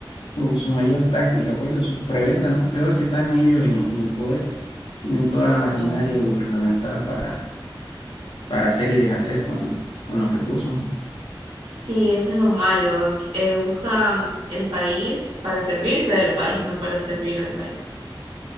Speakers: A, on the left (about 80°); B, on the right (about 75°).
A: su, su mayor táctica, pues, su prebenda, ¿no? Peor si están ellos en, en el poder. Tienen toda la
B: Claro.
A: maquinaria gubernamental para, para hacer y deshacer con, con los recursos, ¿no?
B: Sí, eso es lo malo. que, eh, buscan el país para servirse del país, no para servir al país.